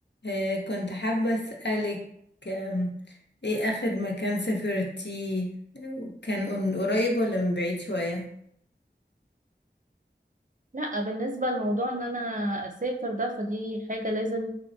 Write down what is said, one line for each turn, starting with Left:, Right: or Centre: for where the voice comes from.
Left: آه كنت حابة أسألك آم، إيه آخر مكان سافرتيه آه، كان من قريب ولا من بعيد شوية
Right: لا بالنسبة لموضوع ان انا اسافر ده فدي حاجة لازم